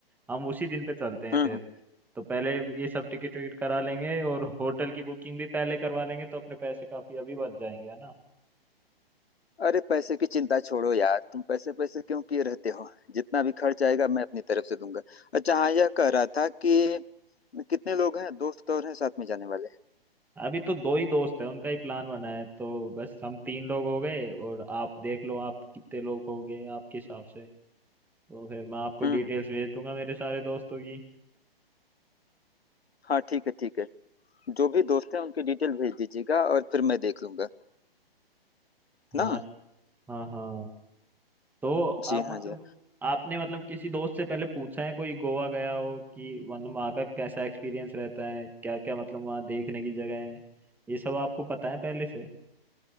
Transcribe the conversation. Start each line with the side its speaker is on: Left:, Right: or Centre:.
Centre: हम उसी दिन पे चलते हैं
Left: हम्म
Centre: फिर तो पहले ये सब टिकट विकट करा लेंगे और होटल की बुकिंग भी पहले करवा लेंगे तो अपने पैसे काफी अभी बच जाएंगे है ना
Left: अरे पैसे की चिंता छोड़ो यार तुम पैसे पैसे क्यों किए रहते हो जितना भी खर्च आएगा मैं अपनी तरफ से दूंगा अच्छा हाँ यह कह रहा था कि कितने लोग हैं दोस्त और हैं साथ में जाने वाले
Centre: अभी तो दो ही दोस्त है उनका ही प्लान बना है तो बस हम तीन लोग हो गए और आप देख लो आप कितने लोग हो गए आपके हिसाब से तो फिर मैं आपको
Left: हम्म हम्म,
Centre: डिटेल्स भेज दूंगा मेरे सारे दोस्तों की
Left: हाँ ठीक है ठीक है जो भी दोस्त हैं उनकी डिटेल भेज दीजिएगा और फिर मैं देख लूंगा ना
Centre: हाँ हाँ हाँ तो
Left: जी
Centre: आप
Left: हाँ
Centre: मतलब
Left: जी हाँ
Centre: आपने मतलब किसी दोस्त से पहले पूछा है कोई गोवा गया हो कि मतलब वहाँ का कैसा एक्सपीरियंस रहता है क्या क्या मतलब वहाँ देखने की जगह है ये सब आपको पता है पहले से